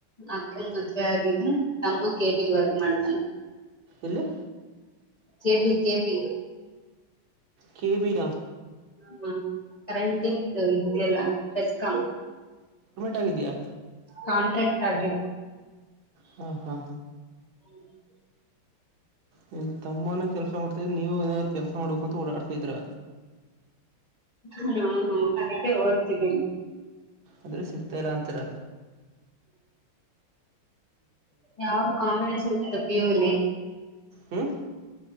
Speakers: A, on the left (about 30°); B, on the right (about 75°).
A: ಅಕ್ಕ ಮದ್ವೆ ಆಗಿದ ತಮ್ಮ ಕೇಬಿಲ್ ವರ್ಕ್ ಮಾಡ್ತಾನ
B: ಎಲ್ಲಿ
A: ಕೆಬಿ ಕೆಬಿ
B: ಕೆ ಬಿರ
A: ಹ್ಮ ಕರೆಂಟ್ ಇ ಇದಲ್ಲಸ್ಕ
B: ಹಗಿದೆಯಾ
A: ಕಾಂಟ್ರಾಕ್ಟ್ ಆಗಿದ್
B: ಹಾ ಹಾ
A: <unintelligible>
B: ನೀನು ತಮ್ಮನ ಕೆಲಸ ಮಾಡ್ತಾಯಿ ನೀವು ಏನಾದ್ರು ಕೆಲಸ ಮಾಡ್ಬೇಕು ಅಂತ ಓಡಾಡ್ತಾ ಇದೀರ
A: ಹ್ಮ ಹಾಗದಕ್ಕೆೆ ಓದ್ತಿದ್ದೀನ
B: ಆದ್ರೆ ಸಿಗ್ತಾಯ ಇಲ್ಲ ಅಂತರ
A: ಯಾವ ಕಾಮಿಡ ಸಿಗ್ತದೆ ಪಿಯು ಲಿ
B: ಹ್ಮ